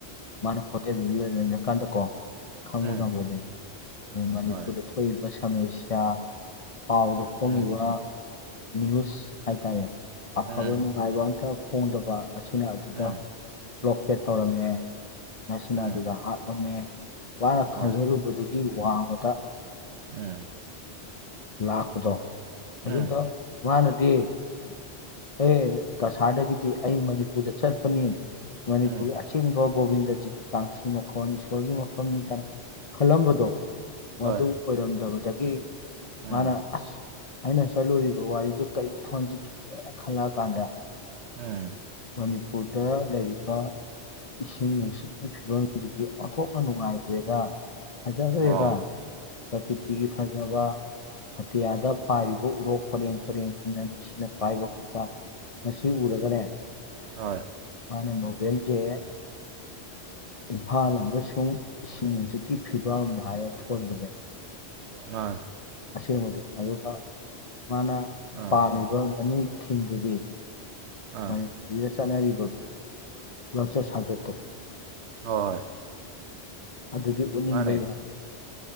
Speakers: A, on the left (about 40°); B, on the right (about 85°).
A: ꯃꯥꯅ ꯍꯣꯇꯦꯜꯗꯨ ꯂꯩꯔꯀꯥꯟꯗꯀꯣ ꯈꯪꯕ
B: ꯎꯝ
A: ꯉꯝꯝꯕꯅꯦꯕ ꯅꯣꯏ ꯃꯅꯤꯄꯨꯔꯗ
B: ꯍꯣꯏ
A: ꯊꯣꯛꯏꯕ ꯁꯃꯁ꯭ꯌꯥ ꯄꯥꯎꯗ ꯐꯣꯡꯉꯤꯕ
B: ꯎꯝ
A: ꯅ꯭ꯌꯨꯁ ꯍꯥꯏꯇꯥꯔꯦ ꯑꯐꯕ
B: ꯎꯝ
A: ꯅꯨꯡꯉꯥꯏꯕ ꯑꯇ ꯐꯣꯡꯗꯕ ꯑꯁꯤꯅ ꯑꯗꯨꯗ
B: ꯎꯝ
A: ꯔꯣꯀꯦꯠ ꯇꯧꯔꯝꯃꯦ ꯃꯁꯤꯅ
B: ꯎꯝ
A: ꯑꯗꯨꯗ ꯍꯥꯠꯂꯝꯃꯦ ꯃꯥꯅ
B: ꯍꯣꯏ
A: ꯈꯟꯖꯜꯔꯨꯕꯗꯨꯒꯤ ꯋꯥꯡꯃꯗ
B: ꯎꯝ
A: ꯂꯥꯛꯄꯗꯣ
B: ꯎꯝ
A: ꯑꯗꯨꯗ ꯃꯥꯅꯗꯤ ꯑꯦ ꯀꯁꯥꯔꯗꯒꯤꯗꯤ ꯑꯩ ꯃꯅꯤꯄꯨꯔꯗ ꯆꯠꯄꯅꯤ ꯃꯅꯤꯄꯨꯔꯒꯤ
B: ꯎꯝ
A: ꯑꯆꯤꯡꯕ ꯒꯣꯕꯤꯟꯗꯖꯤꯒꯤ ꯀꯥꯡꯁꯤ ꯃꯈꯣꯟ ꯏꯁꯣꯔꯒꯤ ꯃꯐꯝꯅꯤ ꯀꯥꯏꯅ ꯈꯜꯂꯝꯕꯗꯣ
B: ꯍꯣꯏ
A: ꯃꯗꯨ ꯑꯣꯏꯔꯝꯗꯕꯗꯒꯤ
B: ꯎꯝ
A: ꯃꯥꯅ ꯑꯁ ꯑꯩꯅ ꯆꯠꯂꯨꯔꯤꯕ ꯋꯥꯔꯤꯁꯦ ꯀꯔꯤ ꯊꯣꯟꯁꯤꯒꯦꯅ ꯈꯜꯂꯛ ꯀꯥꯟꯗ
B: ꯎꯝ
A: ꯃꯅꯤꯄꯨꯔꯗ ꯂꯩꯔꯤꯕ ꯏꯁꯤꯡ ꯅꯨꯡꯁꯤꯠꯀꯤ ꯐꯤꯕꯝꯁꯤꯗꯤ ꯑꯣꯟꯊꯣꯛꯅ ꯅꯨꯡꯉꯥꯏꯈ꯭ꯔꯦꯗ ꯐꯖꯈ꯭ꯔꯦꯗ
B: ꯑꯣ ꯑꯥ ꯍꯣꯏ
A: ꯄ꯭ꯔꯀꯤꯇꯤꯒꯤ ꯐꯖꯕ ꯑꯇꯤꯌꯥꯗ ꯄꯥꯏꯔꯤꯕ ꯎꯔꯣꯛ ꯄꯔꯦꯡ ꯄꯔꯦꯡꯁꯤꯡꯅ ꯅꯨꯡꯁꯤꯅ ꯄꯥꯏꯕ ꯈꯣꯠꯄ ꯃꯁꯤ ꯎꯔꯒꯅꯦ
B: ꯍꯣꯏ
A: ꯃꯥꯅꯦ ꯅꯣꯕꯦꯜ ꯆꯦ ꯏꯝꯐꯥꯜ ꯑꯃꯁꯨꯡ ꯏꯁꯤꯡ ꯅꯨꯡꯖꯤꯛꯀꯤ ꯐꯤꯕꯝ ꯍꯥꯏꯔ ꯊꯣꯟꯕꯅꯦꯕ
B: ꯃꯥ
A: ꯑꯁꯦꯡꯕꯗꯤ ꯑꯗꯨꯒ ꯃꯥꯅ
B: ꯑꯥ
A: ꯄꯥꯝꯃꯤꯕ ꯃꯅꯨꯡꯨꯒꯤ ꯊꯤꯝꯗꯨꯗꯤ
B: ꯑꯥ
A: ꯃꯅꯤꯄꯨꯔꯁꯤꯗ ꯆꯠꯅꯔꯤꯕ ꯂꯝꯣꯟꯆꯠ ꯁꯥꯖꯠꯇꯣ
B: ꯍꯣꯏ ꯍꯣꯏ
A: ꯑꯗꯨꯗꯤ ꯎꯠꯅꯤꯡꯕꯩ
B: ꯃꯥꯅꯦ
A: ꯋꯥꯔ